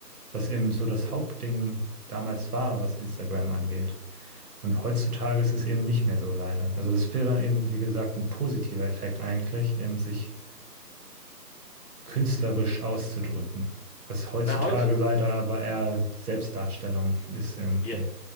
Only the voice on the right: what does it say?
was eben so das Hauptding damals war, was Instagram angeht. Und heutzutage ist es eben nicht mehr so leider. Also das wäre eben, wie gesagt, ein positiver Effekt eigentlich, eben sich künstlerisch auszudrücken. Was heutzutage
leider aber eher Selbstdarstellung ist irgendwie.